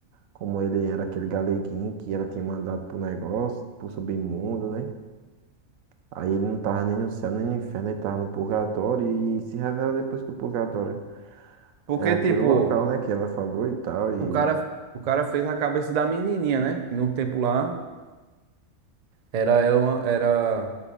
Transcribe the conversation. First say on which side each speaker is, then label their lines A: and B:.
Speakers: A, on the right; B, on the right.
A: como ele era aquele galeguinho que ela tinha mandado pro negócio, pro submundo, né? Aí ele não tava nem no céu, nem no inferno, ele tava no purgatório e se revela depois que o purgatório
B: Porque,
A: é aquele
B: tipo,
A: local, né, que ela falou e tal, e...
B: o cara, o cara fez a cabeça da menininha, né? Que no tempo lá era ela, uma- era,